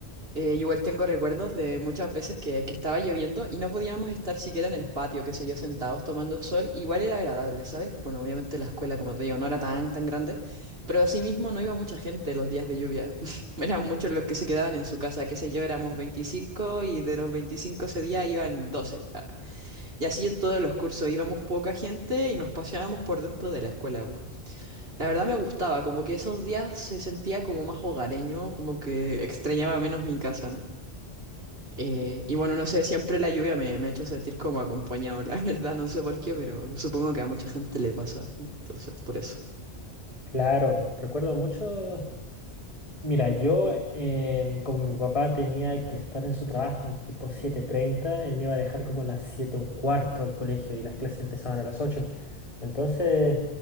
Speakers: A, on the right; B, on the left.
A: Eh, yo igual tengo recuerdos de muchas veces que, que estaba lloviendo y no podíamos estar siquiera en el patio, qué sé yo, sentados tomando sol. Igual era agradable, ¿sabes? Bueno, obviamente la escuela, como te digo, no era tan, tan grande, pero asimismo no iba mucha gente los días de lluvia. <laughs> Eran muchos los que se quedaban en su casa, qué sé yo, éramos 25 y de los 25 ese día iban 12. Y así en todos los cursos íbamos poca gente y nos paseábamos por dentro de la escuela. po. La verdad me gustaba, como que esos días se sentía como más hogareño, como que extrañaba menos mi casa, ¿no? Eh, y bueno, no sé, siempre la lluvia me, me ha hecho sentir como acompañado, la <laughs> verdad, no sé por qué, pero supongo que a mucha gente le pasa, entonces, por eso.
B: Claro, recuerdo mucho Mira, yo, em, como mi papá tenía que estar en su trabajo en tipo siete treinta, él me iba a dejar como a las 7 un cuarto al colegio y las clases empezaban a las 8. Entonces,